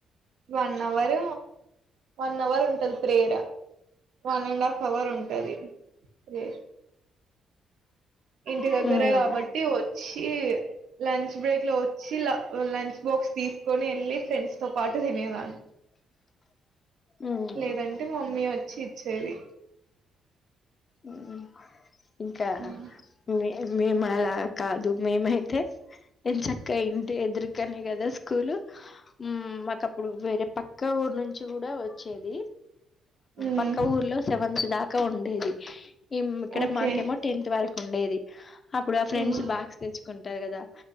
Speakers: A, on the right; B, on the left.
A: వన్ అవర్ వన్ అవర్ ఉంటది prayer one and half power ఉంటది రే ఇంటి
B: మ్మ్
A: దగ్గరే కాబట్టి వచ్చి లంచ్ బ్రేక్ లో వచ్చి లా లంచ్ బాక్స్ తీసుకొని వెళ్ళి ఫ్రెండ్స్ తో పాట్ ట్ తినేవాల్
B: మ్మ్
A: లేదంటే మమ్మీ వ చిచ్చేది
B: మ్మ్ ఇంకా
A: మ్మ్
B: మి మేము అలా కాదు మేమైతే ఎంచక్కా ఇంటి ఎదురుగనే కదా స్కూలు మ్ మాకు అప్పుడు వేరే పక్క ఊరు నుంచి కూడా వచ్చేది
A: మ్మ్
B: పక్క ఊర్లో సెవెన్స్ దాక్ క్క ఉండేది ఈమ్ ఇక్కడ
A: ఓకే
B: మాకేమో టెన్త్ వరకు ఉండేది అప్పుడు ఆ ఫ్రెండ్స్
A: మ్మ్
B: బాక్స్ తెచ్చు కొంటారు కదా